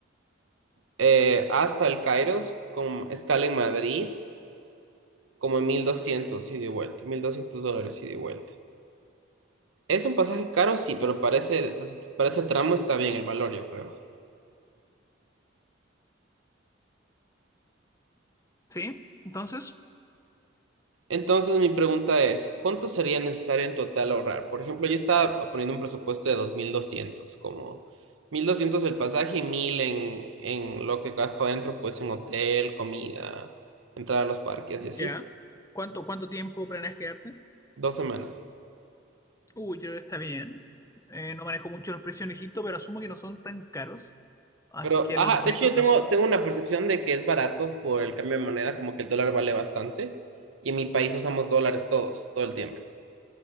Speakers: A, on the right; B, on the left.
A: eh, hasta el Cairo, con escala en Madrid, como en 1200 ida y de vuelta, 1200 dólares ida y de vuelta. Es un pasaje caro, sí, pero parece, parece tramo está bien el valor, yo creo.
B: Sí, entonces...
A: Entonces mi pregunta es, ¿cuánto sería necesario en total ahorrar? Por ejemplo, yo estaba poniendo un presupuesto de 2.200, como 1.200 el pasaje y 1.000 en, en lo que gasto adentro, pues en hotel, comida, entrar a los parques y así,
B: Ya. ¿Cuánto, cuánto tiempo planeas quedarte?
A: dos semanas.
B: Uy, yo creo que está bien. Eh, no manejo mucho los precios en Egipto, pero asumo que no son tan caros. Así
A: Pero,
B: que
A: ajá,
B: el alojamiento
A: de hecho yo
B: tampoco.
A: tengo, tengo una percepción de que es barato por el cambio de moneda, como que el dólar vale bastante y en mi país usamos dólares todos, todo el tiempo.